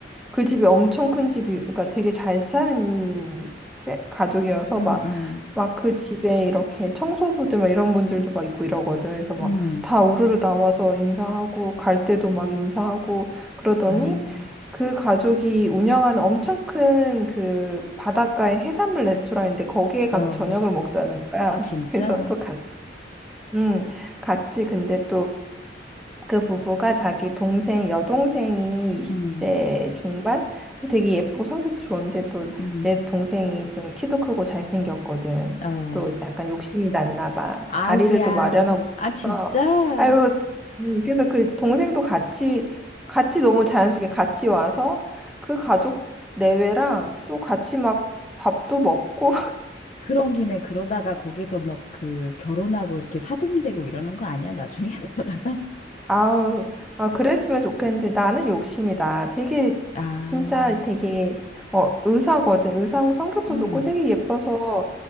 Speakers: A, in the centre; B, on the left (about 40°).
A: 그 집이 엄청 큰 집이, 그러니까 되게 잘 사는 세- 가족이어서,
B: 음,
A: 막,
B: 음,
A: 막 그 집에 이렇게 청소부들 막 이런 분들도 막 있고 이러거든. 그래서 막
B: 음.
A: 다 우르르 나와서 인사하고 갈 때도 막 인사하고 그러더니
B: 아,
A: 그 가족이 운영하는 엄청 큰 그 바닷가의 해산물 레스토랑인데 거기에 가서
B: 어.
A: 저녁을 먹자는 거야.
B: 아, 진짜?
A: <laughs> 그래서 또 갔, 음, 갔지. 근데 그 부부가 자기 동생 여동생이 20대
B: 음,
A: 중반 근데 되게 예쁘고 성격도 좋은데 또
B: 음,
A: 내 동생이 좀 키도 크고 잘생겼거든.
B: 어.
A: 또 약간 욕심이 났나 봐.
B: 아이고야.
A: 자리를 또 마련하고 싶어서
B: 아, 진짜?
A: 아유 음, 그래서 그 동생도 같이 같이 너무 자연스럽게 같이 와서 그 가족 내외랑 또 같이 막 밥도 먹고
B: 그런 김에 그러다가 거기서 막 그 결혼하고 이렇게 사돈되고 이러는 거 아니야? 나중에 <laughs> 그러다가?
A: 아우, 아, 그랬으면 좋겠는데 나는 욕심이다. 되게,
B: 아,
A: 진짜 되게, 어, 의사거든. 의사고 성격도
B: 음.
A: 좋고 되게 예뻐서,